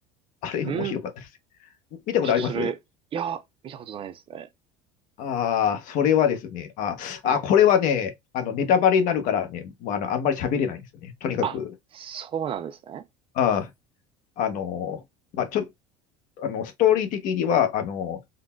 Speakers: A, on the left (about 60°); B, on the right (about 35°).
A: あれ面白かったです。
B: うん。
A: 見たことあります
B: ちょっとそれ、いや、見たことないですね。
A: ああ、それはですね、ああ、
B: ええ。
A: これはね、あの、ネタバレになるからね、もうあの、あんまり喋れないんですよね。とにかく、
B: あ、そうなんですね。
A: ああ、あの、まあ、ちょっと、あの、ストーリー的には、あの、